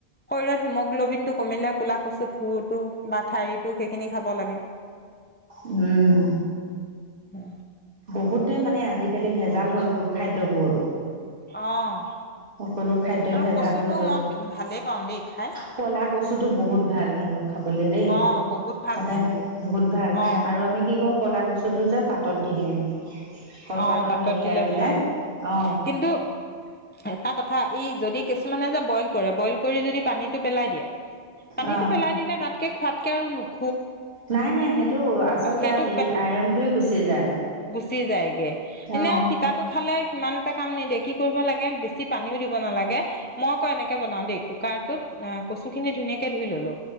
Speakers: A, on the left (about 15°); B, on the right (about 50°).
A: শৰীৰত সিম' গ্ল'বিনটো কমিলে ক'লা কচু থুৰটো বা ঠাৰিটো, সেইখিনি খাব লাগে।
B: উম।
A: হু
B: বহুত তে মানে আজিকালি ভেজাল হল বোৰ খাদ্যবোৰ।
A: অ'
B: সকলো খাদ্যই
A: আৰু
B: ভেজাল
A: কচুটো
B: হৈ গ'ল।
A: মই ভালেই পাওঁ দেই খাই
B: ক'লা কচুটো বহুত ভাল কিন্তু খাবলৈ দেই।
A: অ বহুত ভাল
B: তাতে
A: কিন্তু
B: বহুত ভাল
A: অ
B: আৰু আমি কি কৰোঁ, ক'লা কচ চুটো যে পাতত দি দিওঁ কলপাতত
A: অ', পাতত
B: মেৰিয়াই
A: দিলে
B: পেলাই
A: ভাল।
B: অ
A: কিন্তু এটা কথা, ই যদি কিছুমানে যে বইল কৰে, বইল কৰি যদি পানীটো পেলাই দিয়ে পানীটো
B: অ
A: পেলাই দিলে, তাতকে খোৱাতকে আৰু নুখ
B: নাই নাই, সেইটো আচল
A: সেইটো
B: তাৰ হেৰি, আইৰনটোৱে গুচি যায়।
A: চি যায় গে। এনেও
B: অ
A: সিতাটো খালে ইমান এটা কাম নিদিয়ে, কি কৰিব লাগে, বেছি পানীও দিব নালাগে। মই আকৌ এনেকে বনাও দেই, কুকাৰটোত কচু খিনি ধুনীয়াকে ধুই ললো